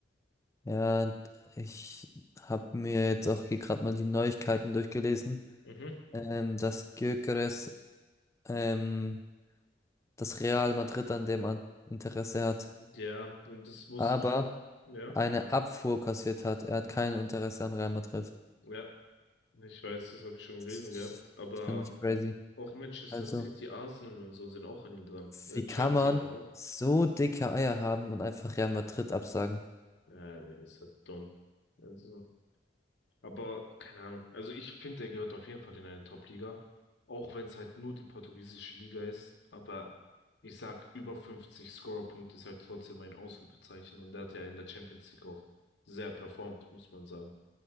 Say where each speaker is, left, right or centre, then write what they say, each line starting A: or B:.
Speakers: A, on the left; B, on the left.
A: Ja, ich habe mir jetzt auch hier gerade mal die Neuigkeiten durchgelesen,
B: Mhm.
A: ähm, dass Gyökeres ähm, das Real Madrid an dem an Interesse hat,
B: Ja, und das muss
A: aber
B: ich schon. Ja,
A: eine Ja. Abfuhr kassiert hat. Er hat kein Interesse an Real Madrid.
B: ja, ich weiß, das habe ich schon
A: Das
B: gelesen gehabt. Aber
A: finde ich crazy.
B: auch Manchester
A: Also,
B: City, Arsenal und so sind auch an ihm dran. Äh,
A: wie
B: Chelsea
A: kann man
B: aber auch.
A: so dicke Eier haben und einfach Real Madrid absagen?
B: Ja, der ist halt dumm. Also. Aber keine Ahnung. Also ich finde, der gehört auf jeden Fall in eine Top-Liga. Auch wenn es halt nur die portugiesische Liga ist. Aber ich sag, über 50 Scorerpunkte ist halt trotzdem ein Ausrufezeichen. Und der hat ja in der Champions League auch sehr performt, muss man sagen.